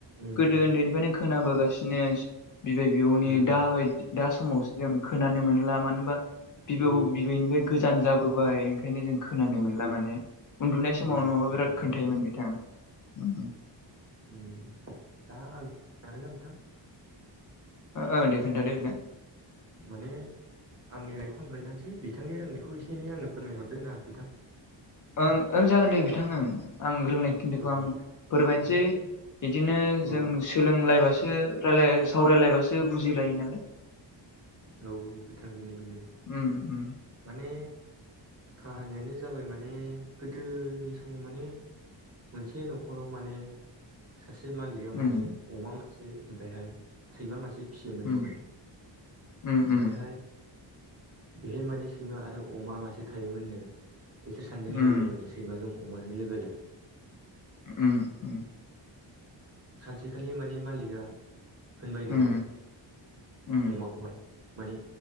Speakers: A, on the right; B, on the left.
A: उम
B: गोदो उन्दैनिफ्रायनो खोनाबोगासिनो बिदिनो बिबै बिबौनि
A: उम
B: दाबायदि दा समावसो जों खोनानो मोनला मानो होनबा बिबौ
A: औ
B: बिबैनिफ्राय गोजान जाबोबाय बेखायनो जों खोनानो
A: औ
B: मोनला
A: औ
B: माने उन्दुनाय समाव
A: औ
B: नङाबा
A: बिथां
B: बिराद खोनथायोमोन
A: औ
B: बि <inaudible>
A: उ दा आं हागोन ना बिथां
B: ओं दे खोन्थादो बिथां
A: माने आंनि बे आं खोन्थानोसै बिथांनि रोंनायखौ एसे एनै आंनो फोरमायहरदो नां बिथां
B: ओं ओं जागोन दे बिथां ओं आं रोंनाय खिन्दोखौ
A: औ
B: आं फोरमायनोसै
A: माने
B: बिदिनो
A: औ
B: जों सोलोंलायबासो रायला सावरायलायबासो बुजिलायो नालाय
A: औ औ बिथां बेनो बेनो
B: उम उम
A: माने काहानियानो जाबाय माने गोदोनि समाव माने मोनसे न'खराव माने सासे मालिका
B: उम
A: माने अमा से ओमफायहाय सैमा मासे फिसियोमोननो
B: उम
A: माने
B: उम
A: ओमफायहाय
B: उम
A: बेहाय माने सैमा आरो अमा मासे थायोमोननो। बिसोर सानजों
B: उम
A: लोगो माने सैमाजों अमाजों लोगोलाय
B: उम
A: सानसेखालि माने मालिकआ होनबायनो
B: उम
A: माने
B: उम
A: अमाखौहाय मानि